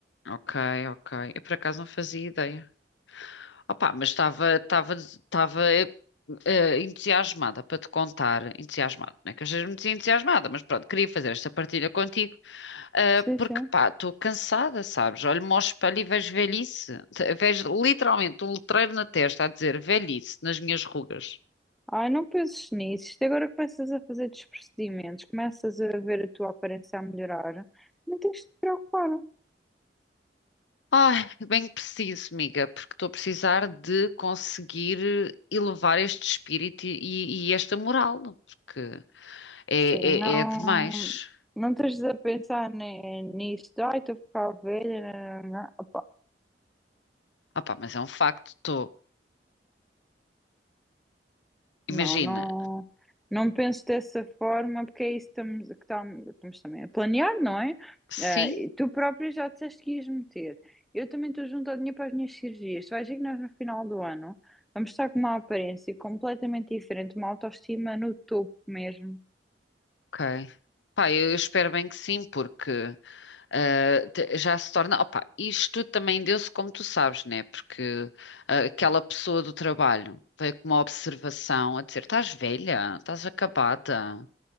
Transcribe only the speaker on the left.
Ok, ok. Eu por acaso não fazia ideia. Opa, mas estava estava estava eh, eh, entusiasmada para te contar, entusiasmada, não é que eu seja muito entusiasmada, mas pronto, queria fazer esta partilha contigo, eh,
porque
pá, estou cansada, sabes? Olho-me ao espelho e vejo velhice, Te- vejo literalmente um letreiro na testa a dizer velhice nas minhas rugas.
Ai, bem que preciso, amiga, porque estou a precisar de conseguir elevar este espírito e, e- esta moral, porque é,
é, é demais.
Opa, mas é um facto, estou. Imagina,
sim,
ok. Pá, eu eu espero bem que sim, porque ah, te- já se torna. Opa, isto também deu-se como tu sabes, né? Porque ah, aquela pessoa do trabalho veio com uma observação a dizer: estás velha, estás acabada,